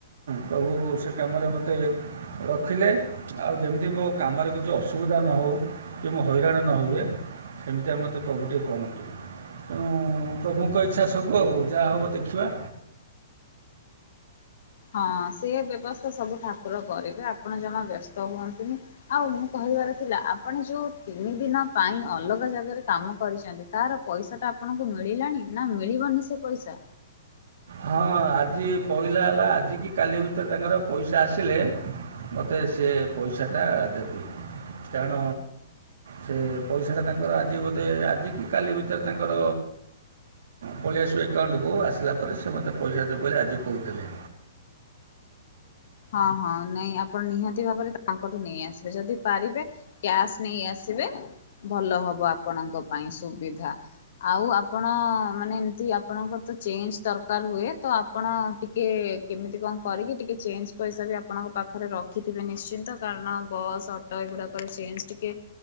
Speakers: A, on the right; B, on the left.
A: ପ୍ରଭୁ ସେ କାମରେ ମୋତେ ମୋତେ ରଖିଲେ ଆଉ, ଯେମିତି ମୋ କାମରେ କିଛି ଅସୁବିଧା ନ ହେଉ। କି ମୁଁ ହଇରାଣ ନ ହୁଏ, ସେମିତିଆ ମୋତେ ପ୍ରଭୁଟିିକେ କରନ୍ତୁ। ତେଣୁ ପ୍ରଭୁଙ୍କ ଇଛାସବୁ, ଆଉ ଯାହା ହବ ଦେଖିବା।
B: ହଁ ସେ ବ୍ୟବସ୍ଥା ସବୁ ଠାକୁର କରିବେ ଆପଣ ଜମା ବ୍ୟସ୍ତ ହୁଅନନ୍ତୁନି ଆଉ ମୁଁ କହିବି ଥିବାରଥିଲା ଆପଣ ଯୋଉ ତିନି ଦିନ ପାଇଁ ଅଲଗା ଜାଗାରେ କାମ କରିଛନ୍ତି, ତାର ପଇସାଟା ଆପଣଙ୍କୁ ଆପଣଙ୍କୁମିଳିଲାଣି, ନା ମିଳିବନି ସେ ପଇସା।
A: ହଁ ଆଜି ପହିଲା ହେଲା ଆଜିିକି କାଲି ଭିତରେ ତାଙ୍କର ପଇସା ଆସିଲେ ମୋତେ ସେ ପଇସାଟା ଦେବେକାରଣ ସେ ପଇସାଟା ତାଙ୍କର ଆଜି ବୋଧେ, ଆଜିିକି କାଲି ଭିତରେ ତାଙ୍କର ପଳେଇଆସିବଏକଉଣ୍ଟକୁ, ଆସିଲା ପରେ ସେ ମୋତେ ପଇସା ଦେବେ ବୋଲି ଆଜି କହୁଥିଲେ।
B: ହଁ, ହଁ ନାଇଁ ଆପଣ ନିହାତି ଭାବରେ ତାଙ୍କଠୁ ନେଇ ଆସିବେ ଯଦି ପାରିବେ କ୍ୟାସ୍ ନେଇ ଆସି ତେବେଭଲ ହବ ଆପଣଙ୍କ ପାଇଁ ସୁବିଧା ଆଉ ଆପଣ ମାନେ, ଏମତି ଆପଣଙ୍କର ତ ଚେଞ୍ଜ ଦରକାର ହୁଏ ତ ଆପଣ ଟିକେ କେମିତି କଣ କରିକି ଟିକେ ଚେଞ୍ଜ ପଇସା ବି ଆପଣଙ୍କ ପାଖରେ ରଖିଥିବେ ନିଶ୍ଚିନ୍ତ କାରଣ ବସ୍, ଅଟୋ ଏଗୁଡାକରେ ଚେଞ୍ଜ ଟିକେ